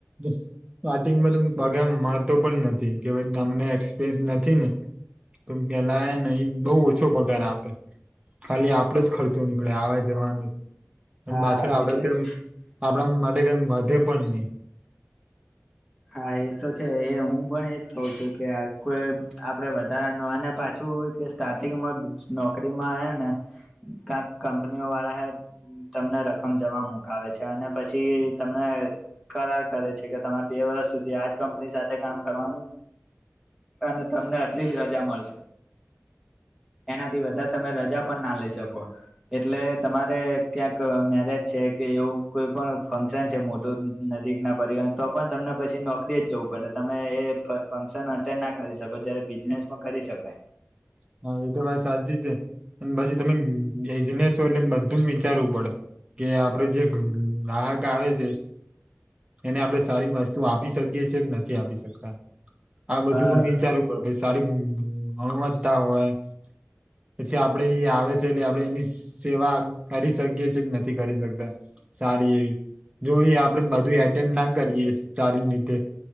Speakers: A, on the right (about 25°); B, in the centre.
A: સ્ટાર્ટિંગમાં તો પગાર મળતો પણ નથી કે ભાઈ તમને એક્સપિરિયન્સ નથી ને તો પેલા નઈ બોવ ઓછો પગાર આપે ખાલી આપડો જ ખર્ચો નીકળે આવા જવાનો
B: હા
A: પાછળ આપડે
B: એટલે
A: તેમ
B: જ
A: આપડા માટે કઈ વધે પણ નહી
B: હા એ તો છે એ હું પણ એજ કહું છું કે આ કોઈ આપડે વધારા ન અને પાછું કે સ્ટાર્ટિંગમાં નોકરીમાં આયેં ને કાંક કંપનીઓ વાળા હૈ, તમને રકમ જમા મુકાવે છે, અને પછી તમને કરાર કરે છે. કે તમારે બે વર્ષ સુધી આજ કંપની સાથે કામ કરવાનું તને તમને આટલી જ રજા મળશે. એના થી વધારે તમે રજા પણ ના લેેઈ શકો એટલે તમારે ક્યાંક મેરેજ છે કે એવું કોઈ પણ ફંક્સન છે મો મોટું નજીક ના પરિવાર તો પણ તમને પછી નોકરી જ જવું પડે તમે એ ફંક્શન અટેન્ડ ના કરી શકો જ્યારે બિઝનેસમાં કરી શ <unintelligible>
A: હા એ તો વાત સાચી છે અને પછી તમે બીજનેસ એટલે બધું વિચારવું પડે કે આપડે જે ગ ગ ગાહક આવે છે. એને આપણે સારી વસ્તુ આપી શકીએ છે કે નથી આપી શકતા આ બધું
B: હા
A: પણ વિચારવું પડે સારી ગણવત્તા હોય. પછી આપડે એ આવે છે એટલે આપણે એની સેવા કરી શકીએ કે નથી કરી શકતા. સારી એવી જો આપડે બધું એટેન્ડ ના કરીએ સારી રીતેે